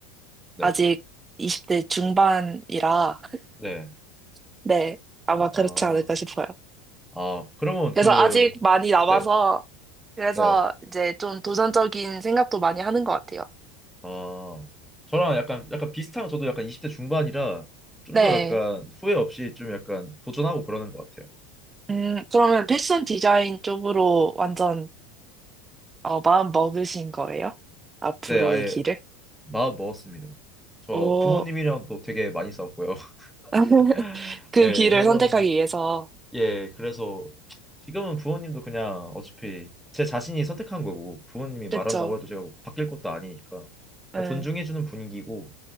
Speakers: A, in the centre; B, on the right.
A: 네,
B: 아직 20대 중반이라, <laughs>
A: 네.
B: 네, 아마
A: 아,
B: 그렇지
A: 아.
B: 않을까 싶어요.
A: 아, 그러면
B: 그래서
A: 그,
B: 아직 많이 남아서
A: 네.
B: 그래서
A: 네.
B: 이제 좀 도전적인 생각도 많이 하는 것 같아요.
A: 아, 저랑 약간, 약간 비슷한, 저도 약간 20대 중반이라 좀
B: 네.
A: 더 약간 후회 없이 좀 약간 도전하고 그러는 것 같아요.
B: 음, 그러면 패션 디자인 쪽으로 완전 어, 마음 먹으신 거예요? 앞으로의
A: 네, 아예
B: 길을?
A: 마음 먹었습니다. 저
B: 오,
A: 부모님이랑 또 되게 많이 싸웠고요.
B: <laughs>
A: <laughs>
B: 그
A: 예,
B: 길을
A: 할머니.
B: 선택하기 위해서.
A: 예, 그래서 지금은 부모님도 그냥 어차피 제 자신이 선택한 거고 부모님이
B: 그랬죠.
A: 말한다고 해도 제가 뭐 바뀔 것도 아니니까
B: 네.
A: 존중해주는 분위기고